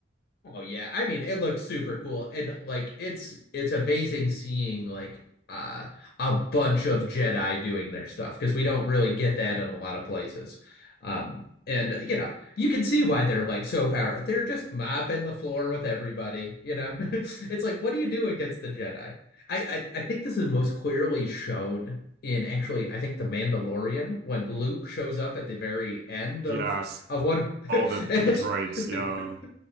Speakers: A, on the left; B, on the right.
A: Oh yeah, I mean it looked super cool and like it's it's amazing seeing like uh a bunch of Jedi doing their stuff because we don't really get that in a lot of places. Um and you know, you can see why they're like so powerful. They're just mopping the floor with everybody, you know. <laughs> It's like what do you do against the Jedi? I, I I think this is most clearly shown in actually I think The Mandalorian when Luke shows up at the very end
B: Yes,
A: of of one <laughs>
B: all
A: and
B: the
A: it's
B: the droids.
A: <laughs>
B: Yeah,